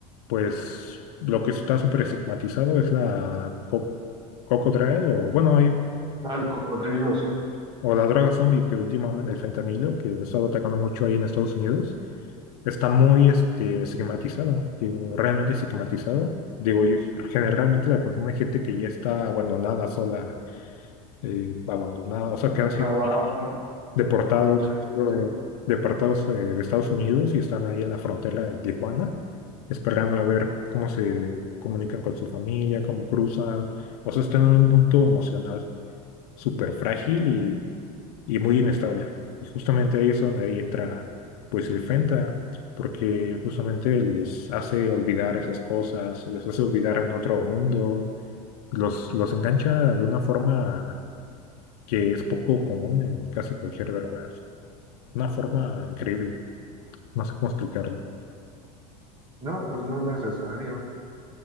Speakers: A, on the left; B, on the right.
A: Pues lo que está súper estigmatizado es la co- Cocodrilo, o bueno, hay,
B: Ah, el cocodrilo, sí.
A: o la droga zombie que últimamente, el fentanilo, que ha estado atacando mucho ahí en Estados Unidos está muy este, estigmatizado, digo, realmente estigmatizado. Digo, y generalmente la consume gente que ya está abandonada, sola, eh, abandonada, o sea, que
B: Sin
A: han sido
B: trabajo,
A: deportados,
B: sin ingresos,
A: han sido
B: sí.
A: deportados eh, de Estados Unidos y están ahí en la frontera de Tijuana, esperando a ver cómo se comunican con su familia, cómo cruzan, o sea, están en un punto emocional súper frágil y y muy inestable. Y justamente ahí es donde ahí entra pues el Fenta, porque justamente les hace olvidar esas cosas, les hace olvidar en otro mundo, los, los engancha de una forma que es poco común en casi cualquier droga, una forma increíble, no sé cómo explicarlo.
B: No, pues no es necesario.